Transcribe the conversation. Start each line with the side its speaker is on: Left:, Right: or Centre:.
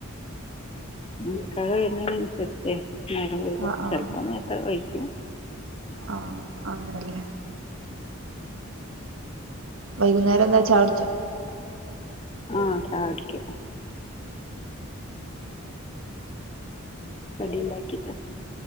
Left: ഇക്കാക്ക വരുന്നേന് അനുസരിചേ. നേരം വയ്കും
Right: ആഹ് ആഹ്
Left: ചെലപ്പോ നേർത്തെ കയിക്കും.
Right: ആഹ് അങ്ങനല്ലേ വൈകുന്നേരം എന്താ ചായുടിച്ച.
Left: ആ ചായ കുടിക്കും കടി ഇണ്ടാക്കീട്ടെ.